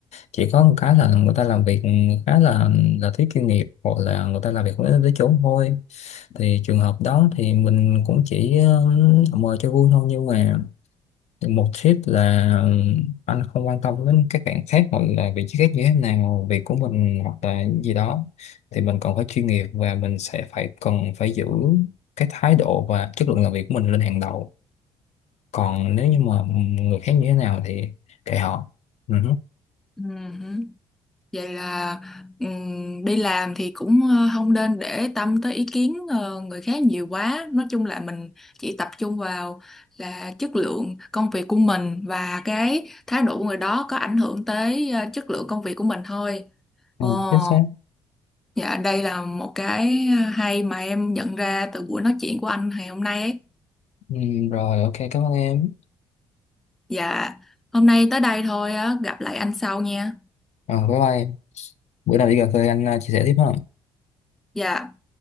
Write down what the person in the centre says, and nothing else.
Ừm. Vậy là ừm, đi làm thì cũng ờ, không nên để tâm tới ý kiến ờ, người khác nhiều quá. Nói chung là mình chỉ tập trung vào là chất lượng công việc của mình và cái thái độ của người đó có ảnh hưởng tới ờ, chất lượng công việc của mình thôi.
Ồ,
dạ đây là một cái hay mà em nhận ra từ buổi nói chuyện của anh ngày hôm nay ấy.
Dạ, hôm nay tới đây thôi á, gặp lại anh sau nha.
Dạ.